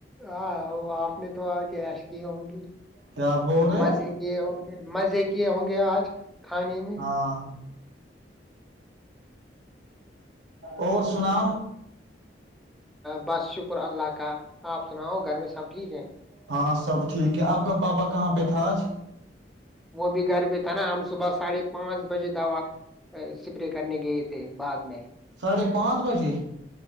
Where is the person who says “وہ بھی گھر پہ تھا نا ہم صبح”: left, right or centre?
Centre